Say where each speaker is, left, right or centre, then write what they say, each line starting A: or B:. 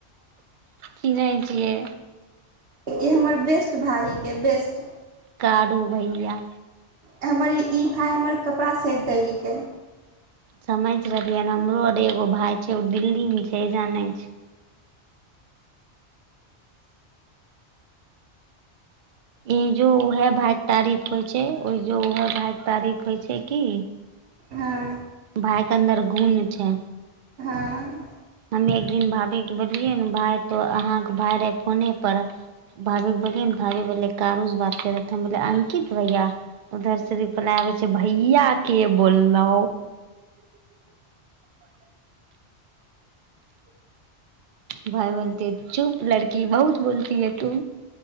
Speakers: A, on the right; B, on the right.
A: ची नहि छियै
B: ई हमर बेस्ट भाायके बेस्ट
A: कडू भैया
B: हमर ई भााय हमर कपड़ा सद दै हिकै
A: समझ रहलियै हमरो आर एगो भााय छै ओ दिल्ली मे छै जानै छै ई जो उहे भायके तारीफ होइ छै ओ जो उह भाय के तारीफ होइ छै की
B: हँ
A: भाायक अन्दर गुन छै
B: हँ
A: ह एक दिन भाभी के बोलिये ने भाय तो अहाँके भाय रहे फोने पर भाभी के बोलिये भाभी बोलले कारू से बात करेो अंकित भैया उधर से रिप्लाई आबै छै भैया के बोललो भाय बोलते चुप लड़की बहुत बोलती है तू